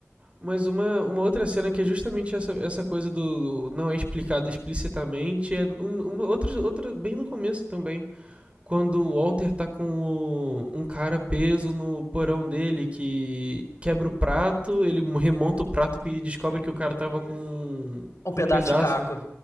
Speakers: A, on the right; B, on the left.
A: Mas uma, uma outra cena que é justamente essa, essa coisa do, do não é explicado explicitamente é um, uma outra, outra bem no começo também. Quando o Walter tá com o- um cara preso no porão dele que quebra o prato, ele remonta o prato e descobre que o cara tava com,
B: Um
A: com
B: pedaço
A: um pedaço.
B: de caco.